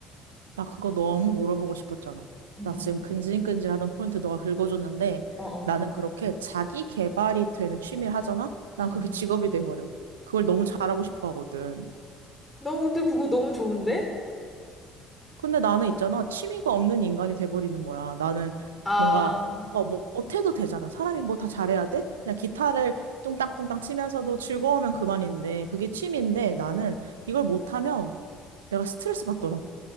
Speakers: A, on the right; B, in the centre.
A: 나 그거 너무 물어보고 싶었잖아.
B: <laughs>
A: 나 지금 근질근질하던 포인트 너가 긁어줬는데
B: 어어.
A: 나는 그렇게 자기 개발이 되는 취미를 하잖아? 난
B: 음.
A: 그게 직업이 돼버려. 그걸 너무 잘하고 싶어 하거든.
B: 나 근데 그거 너무 좋은데?
A: 근데 나는 있잖아. 취미가 없는 인간이 돼버리는 거야. 나는
B: 아.
A: 뭔가 어, 뭐 못해도 되잖아. 사람이 뭐 다 잘해야 돼? 그냥 기타를 뚱땅뚱땅 치면서도 즐거우면 그만인데 그게 취미인데 나는 이걸 못하면 내가 스트레스 받더라고.